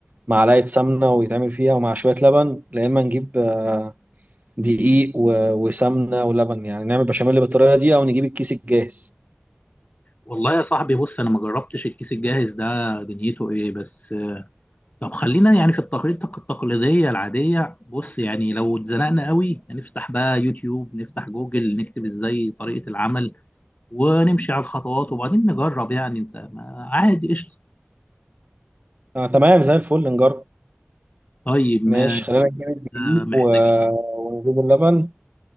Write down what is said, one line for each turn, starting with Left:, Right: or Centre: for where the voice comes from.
Right: معلقة سمنة ويتعمل فيها ومع شوية لبن يا إما نجيب آه، دقيق و- وسمنة ولبن يعني نعمل بشاميل بالطريقة دي أو نجيب الكيس الجاهز
Left: والله يا صاحبي بص انا ما جربتش الكيس الجاهز ده دنيته ايه بس طب خلينا يعني في التقريط التقليديه العاديه بص يعني لو اتزنقنا قوي هنفتح بقى يوتيوب نفتح جوجل نكتب ازاي طريقه العمل ونمشي على الخطوات وبعدين نجرب يعني انت ما عادي قشطه
Right: آه تمام زي الفل نجرب
Left: طيب ماشي
Right: ماشي خلينا نجيب
Left: آه،
Right: الدقيق
Left: محتاجين
Right: و... ونجيب اللبن